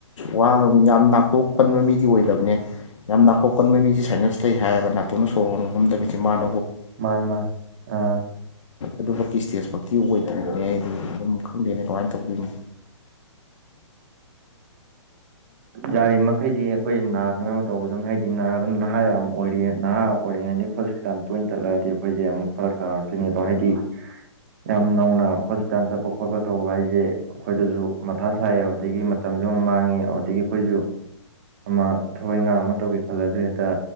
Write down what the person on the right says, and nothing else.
ꯃꯥ ꯃꯥ ꯑꯥ
ꯔꯤ ꯃ ꯍꯥꯏꯗꯤ ꯑꯩꯈꯣꯏ ꯅꯥꯕꯅꯕ ꯇꯧꯕ ꯑꯗꯨꯝ ꯍꯥꯏꯗꯤ ꯑꯗꯨꯝ ꯅꯍꯥ ꯌꯥꯝ ꯑꯣꯏꯔꯤꯌꯦ ꯅꯍꯥ ꯑꯣꯏꯔꯤꯉꯩꯗ ꯇꯣꯏꯅ ꯆꯠꯂꯛꯑꯗꯤ ꯑꯩꯈꯣꯏꯁꯦ ꯑꯃꯨꯛ ꯐꯔꯛ ꯇꯥꯔꯛꯇꯣꯏꯅꯦ ꯑꯗꯣ ꯍꯥꯏꯗꯤ ꯌꯥꯝ ꯅꯧꯅ ꯍꯣꯁꯄꯤꯇꯥꯜ ꯆꯠꯄ ꯈꯣꯠꯄ ꯇꯧꯕ ꯍꯥꯏꯁꯦ ꯑꯩꯈꯣꯏꯗꯁꯨ ꯃꯊꯥ ꯁꯥꯏ ꯑꯗꯨꯗꯒꯤ ꯃꯇꯝꯁꯨ ꯑꯃ ꯃꯥꯡꯉꯦ ꯑꯗꯨꯗꯒꯤ ꯑꯩꯈꯣꯏꯁꯨ ꯑꯃ ꯊꯋꯥꯏ ꯏꯈꯥꯡ ꯑꯃ ꯇꯧꯒꯦ ꯈꯜꯂꯁꯨ ꯍꯦꯛꯇ